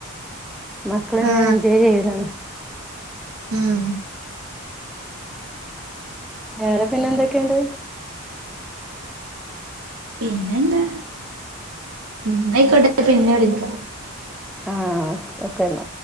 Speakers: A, in the centre; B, on the right.
A: മക്കള്
B: ആ
A: എൻജോയ് ചെയ്യലാണ്
B: ഉം
A: വേറെ പിന്നെ എന്തൊക്കെണ്ട്
B: പിന്നെന്താ ഉം ഇന്നയ്ക്കോട്ടെ പിന്നെ വിളിക്കാം
A: ആഹ് ഓക്കെന്ന